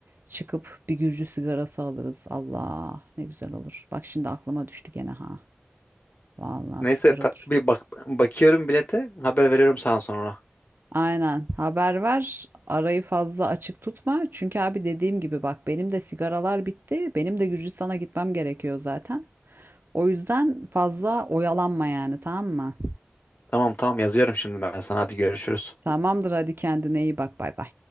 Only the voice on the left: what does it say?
Neyse
ta-
bir bak bakıyorum bilete, haber veriyorum sana sonra.
Tamam tamam yazıyorum şimdi ben sana. Hadi görüşürüz.